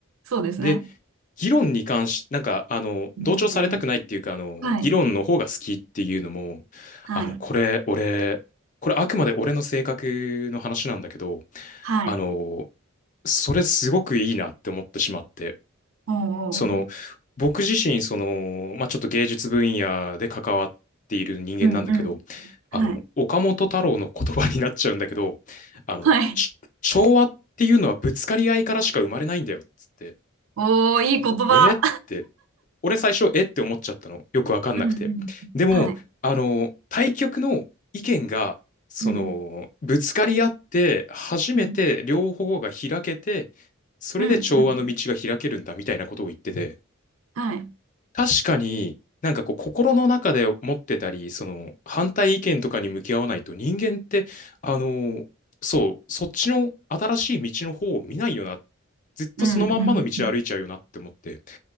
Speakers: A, on the right (about 75°); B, on the left (about 35°).
A: そうですね。
B: で、議論に関し、なんか、あの、
A: うん。
B: 同調されたくないっていうか、あの、
A: はい。
B: 議論の方が好きっていうのも、
A: はい。
B: あの、これ、俺、これあくまで俺の性格の話なんだけど、
A: はい。
B: あの、それすごくいいなって思ってしまって、
A: おーおーおー。
B: その、僕自身、その、まあ、ちょっと芸術分野で関わっている人間なんだけど、
A: うんうん。はい。
B: あの、岡本太郎の言葉になっちゃうんだけど、あの、
A: はい。
B: ち調和っていうのはぶつかり合いからしか生まれないんだよ、つって。
A: おー、いい言葉。
B: えって、俺最初、えって思っちゃったの。よくわかんなくて。
A: うんうん。
B: でも、
A: はい。
B: あの、対局の意見が、その、
A: うん。
B: ぶつかり合って、初めて両方が開けて、
A: うん。
B: それで調和の道が開けるんだみたいなことを言ってて、
A: うんうん。はい。
B: 確かに、なんかこう、心の中で持ってたり、その、反対意見とかに向き合わないと、人間って、あの、そう、そっちの新しい道の方を見ないよな。ずっとそのまんまの道を歩いちゃうよなって思って。
A: うんうん。